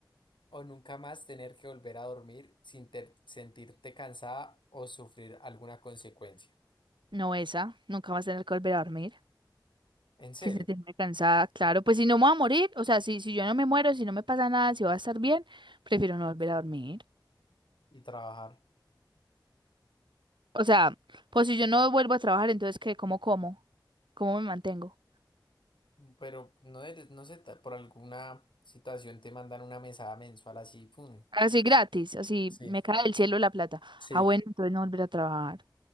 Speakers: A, on the left (about 75°); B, on the right (about 75°).
A: o nunca más tener que volver a dormir sin ter- sentirte cansada o sufrir alguna consecuencia.
B: no esa, nunca vas a tener que volver a dormir.
A: En serio.
B: Si se te cansada, claro, pues si no me voy a morir, o sea, si, si yo no me muero, si no me pasa nada, si voy a estar bien, prefiero no volver a dormir.
A: Y trabajar.
B: O sea, pues si yo no vuelvo a trabajar, entonces, ¿qué? ¿Cómo como? ¿Cómo me mantengo?
A: Pero no, eres- no sé, ta- por alguna situación te mandan una mesada mensual así, pum.
B: Así gratis, así
A: Sí,
B: me cae del cielo la plata.
A: sí.
B: Ah, bueno, entonces no volver a trabajar.